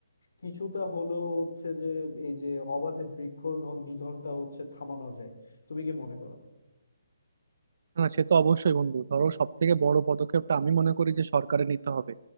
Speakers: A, on the left; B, on the right.
A: কিছুটা হলেও হচ্ছে যে এই যে অবাধে বৃক্ষ ন- নিধনটা হচ্ছে থামানো যায় তুমি কি মনে করো
B: না সে তো অবশ্যই বন্ধু ধরো সব থেকে বড় পদক্ষেপটা আমি মনে করি যে সরকারে নিতে হবে